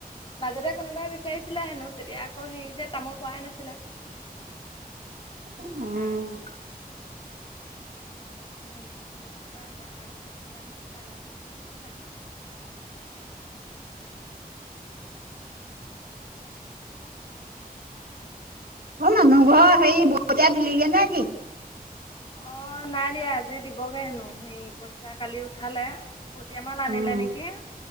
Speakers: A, on the left; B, on the right.
A: মাজতে কোনোবাই বিচাৰিছিলে হেনো, তেতিয়া আকৌ হেৰি যে তামোল পৰাই নাছিলে <unintelligible>
B: অঁ ম
A: এতিয়া আকৌ হেৰি সেইটো কি কয়? গ্ৰাহক জানো পালেমানে বেছিব চাগে। <unintelligible>
B: অঁ, মানুহ ঘৰ হেৰি, বকতিয়া দিলিগে নে কি?
A: অঁ, নাই দিয়া আজি দিবগে হেনো। হেৰি পইঁচা কালি উঠালে। ভূটিয়া মাল আনিলে
B: উম,
A: নেকি?